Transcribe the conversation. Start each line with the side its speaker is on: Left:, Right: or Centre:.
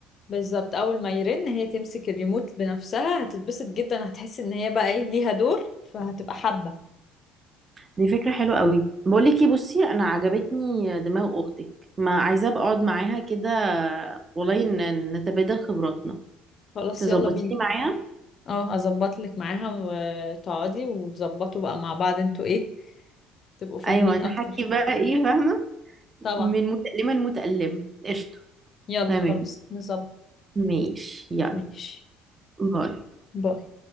Left: بالظبط اول ما يرن هي تمسك الريموت بنفسها هتتبسط جدا هتحس ان هي بقى ايه ليها دور فهتبقى حابة
Right: دي فكرة حلوة قوي بقول لك ايه بصي انا عجبتني دماغ اختك ما عايزة ابقى اقعد معاها كده والله ن- نتبادل خبراتنا
Left: خلاص
Right: تظبطيني
Left: يلا بينا
Right: معايا
Left: اه اظبط لك معاها وتقعدي وتظبطوا بقى مع بعض انتوا ايه تبقوا فاهمين
Right: ايوه
Left: اكتر
Right: نحكي بقى ايه فاهمة
Left: طبعا
Right: من متألمة لمتألم قشطة
Left: يلا
Right: تمام
Left: خلاص نظبط
Right: ماشي يلا
Left: ماشي
Right: باي
Left: باي